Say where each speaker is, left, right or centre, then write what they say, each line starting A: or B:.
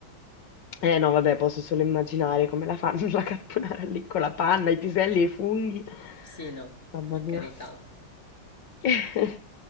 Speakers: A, on the left (about 65°); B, on the left (about 35°).
A: Eh no, vabbè, posso solo immaginare come la fanno <laughs> la carbonara lì con la panna, i piselli e i funghi.
B: Sì, no,
A: Mamma
B: per
A: mia.
B: carità.
A: <laughs>